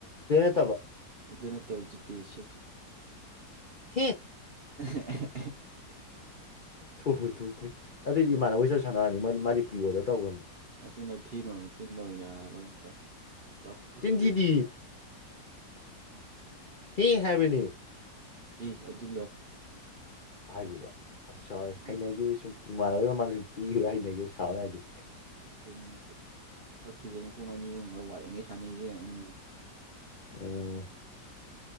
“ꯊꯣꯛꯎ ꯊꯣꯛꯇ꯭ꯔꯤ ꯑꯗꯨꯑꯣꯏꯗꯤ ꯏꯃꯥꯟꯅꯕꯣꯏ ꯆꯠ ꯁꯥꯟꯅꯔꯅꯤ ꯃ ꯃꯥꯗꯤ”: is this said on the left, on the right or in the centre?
Left